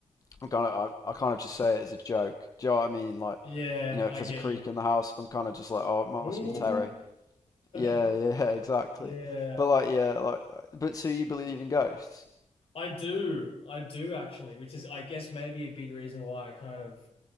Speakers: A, on the left; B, on the left.
A: I'm kind of I, I kind of just say it as a joke. Do you know what I mean? Like,
B: Yeah,
A: you know,
B: I
A: if there's
B: get
A: a creak
B: you.
A: in the house, I'm kind of just like, oh, it must
B: Ooh.
A: be Terry. Yeah,
B: <laughs>
A: <laughs> yeah, exactly.
B: Yeah,
A: But like, yeah, like, but so you believe in ghosts?
B: I do. I do actually, which is I guess maybe a big reason why I kind of